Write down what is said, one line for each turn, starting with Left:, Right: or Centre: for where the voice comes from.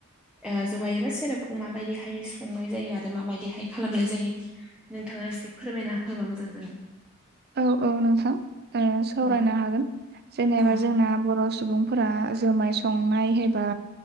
Centre: ओ जुमाय बा सेरबखौ माबायदिहाय संनाय जायो आरो माबायदिहाय खालामनाय जायो नोंथाङा एसे फोरमायना होबा मोजां जागोन
Right: औ औ नोंथां सावरायनो
Centre: औ
Right: हागोन जेनेबा
Centre: औ
Right: जोंना बर' सुबुंफोरा जोमाय संनाय एबा